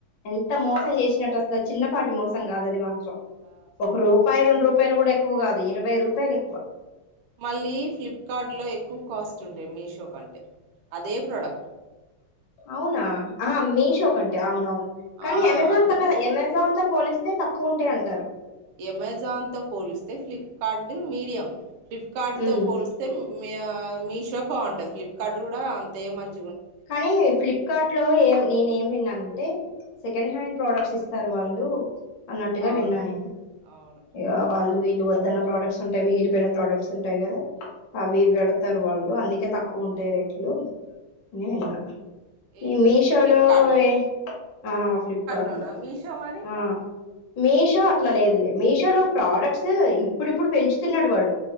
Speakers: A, on the left; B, on the right.
A: ఎంత మోసం చేసినట్టు అసలు చిన్నపాటి మోసం కాద అది మాత్రం
B: ఆ
A: సో ఒక రూపాయి రెండు రూపాయలు కూడా ఎక్కువ కాదు ఇరవై రూపాయలు ఎక్కువ
B: మళ్ళీ ఫ్లిప్కార్ట్లో ఎక్కువ కాస్ట్ ఉంటాయి మీషో కంటే అదే ప్రాడక్ట్
A: అవునా ఆ మీషో కంటే అవునవును కానీ
B: ఆ
A: అమెజాన్
B: అందుకే
A: కన్నా ఏమెజాన్ తో పోలిస్తే తక్కువు ఉంటాయండి
B: ఎమెజాన్ తో పోలిస్తే ఫ్లిప్కార్ట్ మీడియం ఫ్లిప్కార్ట్ తో
A: ఉమ్
B: పోలిస్తే మ్యావ్ మీషో బాంటది ఫ్లిప్కార్ట్ కూడా అంతే మంచి
A: కానీ ఫ్లిప్కార్ట్ లో ఏం నేనేం విన్నానంటే సెకండ్ హ్యాండ్ ప్రోడక్ట్స్ ఇస్తారు వాళ్ళు అన్నట్టుగా
B: అవును
A: విన్నా నేను
B: అవును
A: ఇగ వాళ్ళు వీ వీళ్ళు వద్దన్న ప్రాడక్ట్స్ ఉంటాయి మిగిలిపోయిన ప్రాడక్ట్స్ ఉంటాయి కదా అవి పెడతారు వాళ్ళు అందుకే తక్కువ ఉంటాయి రేట్లు అని విన్న
B: ఏంటి
A: ఈ మీషో
B: ఫ్లిప్కార్ట్
A: లో అవే
B: లోనా
A: ఆ ఫ్లిప్కార్ట్
B: లోనా
A: లో
B: మీషో మరి
A: ఆ మీషో అట్లా లేదులే మీషో లో ప్రాడక్ట్స్ ఇప్పుడిప్పుడు పెంచుతున్నాడు వాడు